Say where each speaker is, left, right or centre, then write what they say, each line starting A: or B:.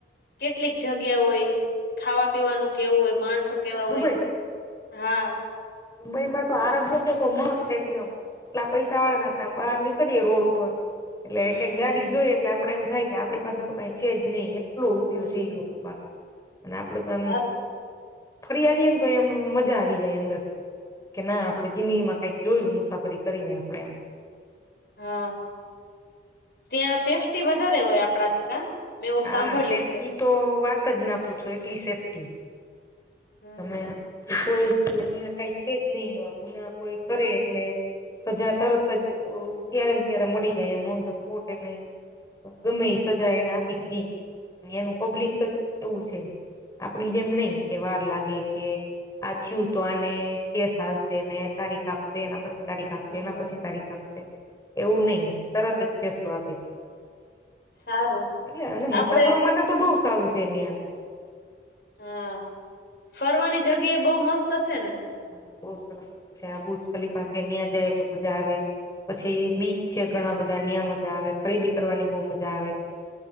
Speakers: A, on the left (about 60°); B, on the left (about 20°).
A: કેટલીક જગ્યા હોય. ખાવા પીવાનું કેવું હોય, માણસો કેવા
B: ત્યાં દુબઈ
A: હોય હા.
B: દુબઈમાં તો આરબ લોકો તો મસ્ત એકદમ એટલા આ પૈસાવાળાના
A: હમ.
B: કામ. બહાર નીકળીયે રોડ ઉપર એટલે...
A: હમ
B: એક ગાડી જોઈ એટલે આપડે એમ થાય કે આપણી પાસે તો કઈ છે જ નહી એટલો રૂપિયો
A: હમ
B: છે. એ લોકો પાસે અને આપડે તો આમ
A: સારું
B: ફરી આવીયે ને તો એમ મજા આવી જાય અંદર. કે ના આપણે જિંદગીમાં કઈક જોયું મુસાફરી કરીને આપણે એમ.
A: હા, ત્યાં સેફ્ટી વધારે હોય આપણાથી કા મેં એવું
B: હા,
A: સાંભળ્યું
B: સેફ્ટી
A: છે
B: તો વાત જ ના પૂછો એકટલી સેફ્ટી.
A: હમ
B: તમે કોઈ કઈ છે જ નઈ એવા ગુના કોઈ કરે એટલે સજા તરત જ ત્યારે ને ત્યારે મળી જાય એમ ઓન ધ સ્પોટ એને ગમે એ સજા એ ના પીધી મ એનું પબ્લિક જ
A: હમ
B: એવું છે આપડી જેમ નઈ કે વાર લાગ ગે કે આ થયું તો આને કેશ હાલ તેને તારીખ આપ તે એના પછી તારીખ આપશે
A: હમ
B: એના પછી તારીખ આપશે એવું નઈ તરત જ ફેસલો આપ
A: સારું
B: એટલે અને મુસાફરો
A: આપડે
B: માટે તો બઉ સારું છે. નયા
A: હા, ફરવાની જગ્યાએ બઉ મસ્ત હશે ને?
B: હા, બહુ સરસ છે આ બુજ ખલીફા છે ત્યાં જાય તો મજા આવે પછી બીચ છે.. ઘણા બધા નીયા મજા આવે ખરીદી કરવાની બો મજા આવે